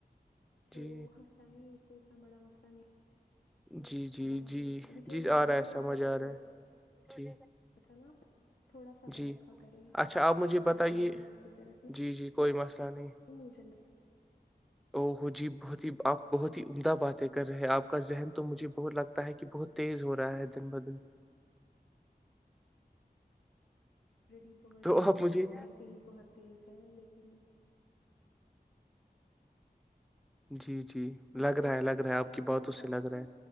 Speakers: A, on the left; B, in the centre.
A: تو
B: جی
A: حنصلہ نہیں کوئی اتنا بڑا مسئلہ نہیں
B: جی جی
A: ہے
B: جی
A: کہ ابھی تھوڑی
B: جی
A: دیر
B: آ
A: پہلے
B: رہا ہے
A: بھی
B: سمجھ
A: ایسا ہی
B: آ
A: کچھ
B: رہا
A: ہوا
B: ہے جی
A: تھا نا تھوڑا سا بر
B: جی
A: رکھا کرے
B: اچھا آپ مجھے
A: اتنا گرم
B: بتائیے
A: گرم کھانے کی ضرورت نہیں
B: جی جی کوئی مسئلہ نہیں
A: مٹن
B: او ہو جی بہت ہی آپ بہت ہی عمدہ باتیں کر رہے آپ کا ذہن تو مجھے بہت لگتا ہے کہ بہت تیز ہو رہا ہے دن ب دن
A: آریڈی بہت
B: تو آپ مجھے
A: ویسے ہی بہت تیز ہے لیکن کہوں
B: جی جی
A: اب
B: لگ
A: خیر
B: رہا ہے لگ
A: بتائیے
B: رہا ہے آپ کی
A: کیا
B: بات
A: بتا
B: اس سے لگ
A: رہے تھے
B: رہا ہے